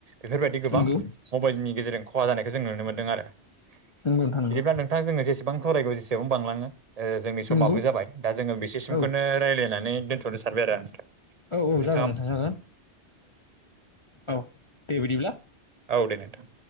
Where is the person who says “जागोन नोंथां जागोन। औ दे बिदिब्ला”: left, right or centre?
Left